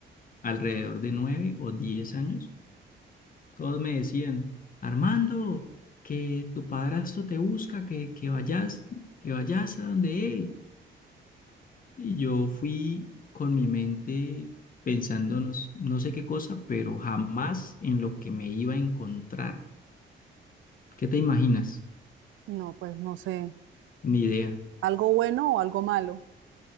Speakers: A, on the left (about 45°); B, on the right (about 75°).
A: alrededor de nueve o diez años, Todos me decían, Armando, que tu padrastro te busca, que, que vayas, que vayas a donde él. Y yo fui con mi mente pensando no, s- no sé qué cosa, pero jamás en lo que me iba a encontrar. ¿Qué te imaginas?
B: No, pues no sé,
A: Ni idea.
B: algo bueno o algo malo.